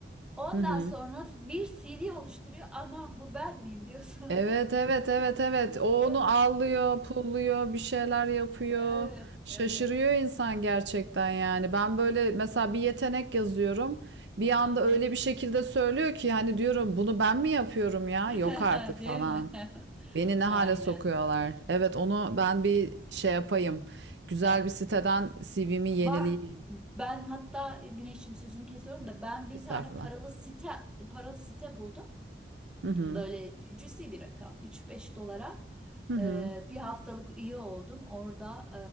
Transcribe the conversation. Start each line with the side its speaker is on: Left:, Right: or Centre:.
Centre: Ondan
Right: Hı hı.
Centre: sonra bir CV oluşturuyor. Anam bu ben miyim diyorsun.
Right: Evet, evet,
Centre: <laughs>
Right: evet, evet.
Centre: Pisliyor,
Right: O onu
Centre: pisliyor.
Right: allıyor, pulluyor, bir şeyler yapıyor.
Centre: Evet,
Right: Şaşırıyor
Centre: evet.
Right: insan gerçekten yani. Ben böyle mesela bir yetenek yazıyorum. Bir anda
Centre: Aha.
Right: öyle bir şekilde söylüyor ki hani diyorum bunu ben mi yapıyorum ya?
Centre: <laughs>
Right: Yok artık falan.
Centre: Değil mi? <laughs>
Right: Beni ne hale
Centre: Aynen.
Right: sokuyorlar. Evet onu ben bir şey yapayım. Güzel
Centre: Evet.
Right: bir siteden CV'mi yenileyeyim.
Centre: Var. Ben hatta Güneş'im sözünü kesiyorum da ben bir
Right: Estağfurullah.
Centre: tane paralı site paralı site buldum.
Right: Hı hı.
Centre: Böyle cüzi bir rakam. üç beş dolara
Right: Hı hı.
Centre: e, bir haftalık üye oldum. Orada